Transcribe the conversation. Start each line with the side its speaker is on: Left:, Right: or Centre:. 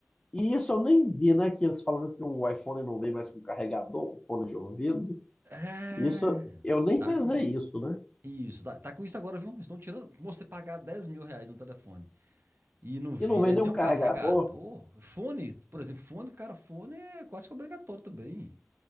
Left: E isso eu nem vi, né? Que eles falando que o iPhone não vem mais com carregador, com fone de ouvido.
Right: É.
Left: Isso eu nem
Right: Tá
Left: pensei
Right: com.
Left: isso, né?
Right: Isso, tá, tá com isso agora, viu? Estão tirando. Moço, você pagar 10 mil reais no telefone. e não vier
Left: E não vem nenhum
Right: nem um
Left: carregador.
Right: carregador, fone, por exemplo, fone, cara, fone é quase que obrigatório também.